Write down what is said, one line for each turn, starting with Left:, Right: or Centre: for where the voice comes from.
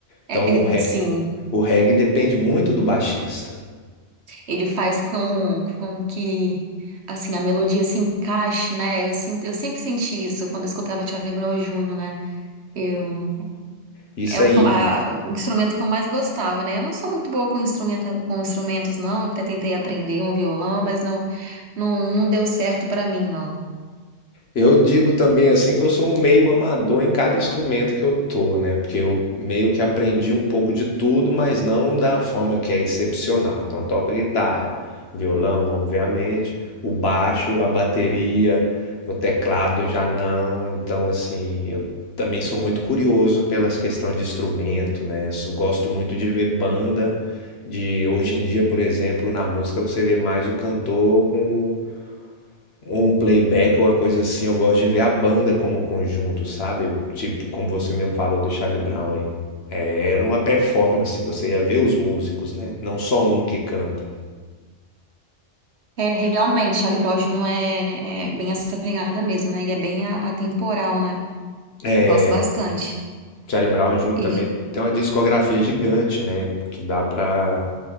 Right: É,
Left: Então,
Right: é,
Left: o, re-
Right: sim,
Left: o reggae depende muito do baixista.
Right: ele faz com, com que assim a melodia se encaixe, né? Eu sinto, eu sempre senti isso quando eu escutava Charlie Brown Júnior né? eu
Left: Isso
Right: É o
Left: aí,
Right: que eu- a- o instrumento que eu mais gostava, né? Eu não sou muito boa com instrumenta, com instrumentos, não. Até tentei aprender um violão, mas não, não, não deu certo pra mim, não.
Left: Eu digo também assim que eu sou um meio amador em cada instrumento que eu tô, né? Porque eu meio que aprendi um pouco de tudo, mas não da forma que é excepcional. Então toco guitarra, violão, obviamente, o baixo, a bateria, o teclado já não. Então assim, eu também sou muito curioso pelas questões de instrumento, né? Sou- Gosto muito de ver banda de hoje em dia, por exemplo, na música você vê mais o cantor com ou um playback ou uma coisa assim, eu gosto de ver a banda como conjunto, sabe? Tipo, como você mesmo falou do Charlie Brown aí. É, era uma performance, você ia ver os músicos, né? Não só um que canta.
Right: É, realmente, Charlie Brown Jr. é, é bem essa pegada mesmo, né? E é bem a- atemporal, né?
Left: É,
Right: Eu gosto bastante.
Left: Charlie Brown Jr.
Right: E-
Left: também tem uma discografia gigante, né? Que dá pra